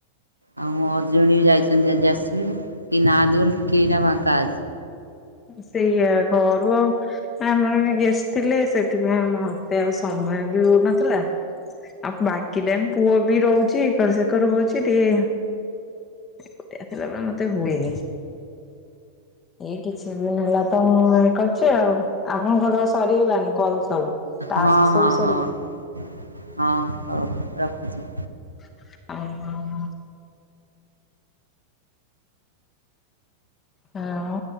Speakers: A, on the right (about 85°); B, on the left (about 25°).
A: ଆଉ ମୋ ହଜବେନଟ ବି ଯାଇଛନ୍ତି ଆଜି ଆସିବେ। କେଇ ନାହାନ୍ତି ବୋଲି ଟିକିଏ ଏଇନା ଫାଙ୍କା ଅଛି।
B: ସେଇଆ ଘରୁ ଆଉ ଆମର ଏଣେ ଗେଷ୍ଟ ଥିଲେ ସେଥିପାଇଁ ଆମ ମତେ ଆଉ ସମୟ ବି ହଉନଥିଲା। ଆଉ ବାକିଟାଇମ ପୁଅ ବି ରହୁଛି ଏକର ସେକର ହଉଛି ଟିକେ। ଏକୁଟିଆ ଥିଲାବେଳେ ମତେ ହୁଏନି। ଏଇ କିଛି ଦିନ ହେଲା ତ କରଛି ଆଉ ଆପଣଙ୍କର ସରିଗଲାଣି କଲ ସବୁ। ଟାସ୍କ
A: ହଁ
B: ସବୁ
A: ହଁ
B: ସରିଗଲା
A: ହଁ ହଁ ହଉ ରଖୁଛି।
B: <unintelligible> ଆଉ